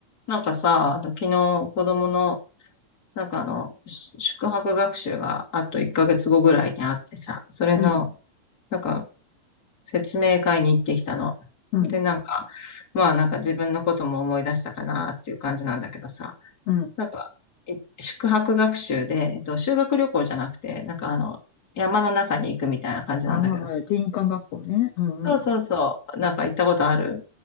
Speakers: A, on the left; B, on the left.
A: なんかさ、あと昨日子供の、なんかあの、し宿泊学習があと1ヶ月後ぐらいにあってさ、それの、
B: うん、
A: なんか説明会に行ってきたの。
B: うん、
A: で、なんか、まあなんか自分のことも思い出したかなっていう感じなんだけどさ、
B: うん。
A: なんか、い宿泊学習で、えっと、修学旅行じゃなくて、なんかあの、山の中に行くみたいな感じなんだけど、
B: ああ、林間学校ね。うんうん。
A: そうそうそう、なんか行ったことある